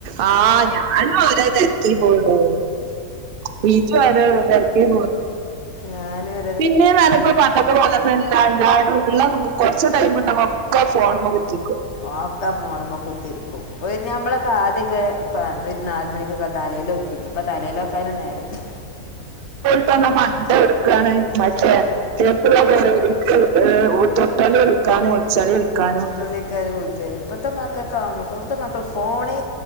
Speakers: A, on the right (about 65°); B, on the left (about 50°).
A: ആഹ് ഞാനും ഓരോ തെര <unintelligible> ഇജോ ഓരോ തെരക്ക് ല് <unintelligible>
B: ഞാനൊ
A: പിന്നെ വേ <unintelligible> പണ്ടത്തെ പോലെ ന്നല്ലാരുണ്ടാ <unintelligible> ഉള്ള <unintelligible> കൊർച്ച ടൈമ്ണ്ടാകുമ്പ ഒക്കെ ഫോൺമ്മ കുത്തിര്ക്കും.
B: ആഓക്കെ ഫോണ്മ്മ കുത്തിര്ക്കും. ഞമ്മളൊക്കെ ആദ്യാക്കെ പ്പ ണ് ര് നാൽ മണിക്കൊക്കെ തലേലോക്കി ര്ന്നു. പ്പ. തലേലോക്കാന് നേരല്യ.
A: പ്പന്നാ മറ്റേ ട്ക്കാണ്. മറ്റേ <unintelligible> <unintelligible> ട്ക്കാനും. ഒൾച്ചെളി ൾ ക്കാനും.
B: <unintelligible> വിൾ ച്ചേ ഇപ്പത്തെ മക്കക്കാവൊന്നു ഇപ്പത്തെ മക്കള് ഫോണേ